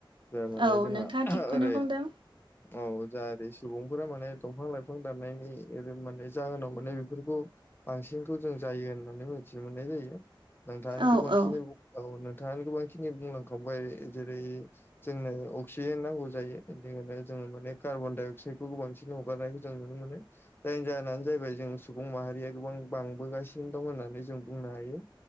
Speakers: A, on the left; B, on the right.
A: जाया माने
B: औ
A: जोंहा
B: नोंथाङा थिगखौनो
A: ओरै
B: बुंदों
A: औ जा ओरै सुबुं फोर माने दंफां लाइफां दाननायनि <unintelligible> माननै जाहोनाव माने बेफोरखौ बांसिनखौ जों जायो होननानै मिथिनो मोननाय जायो नोंथाङानो
B: औ
A: गोबांखिनि
B: औ
A: औ नोंथाङानो गोबां खिनि बुंलांखांबाय जेरै जोंनो अक्सिजेन नांगौ जायो <unintelligible> खायनो जोङो माने कार्बनडाइ अक्साइद खौ बांसिन हगारनायखौ जों नुनो मोनो जायनि जाहोनानो जाहैबाय जों सुबुं माहारिया गोबां बांबोगासिनो दं होननानै जों बुंनो हायो।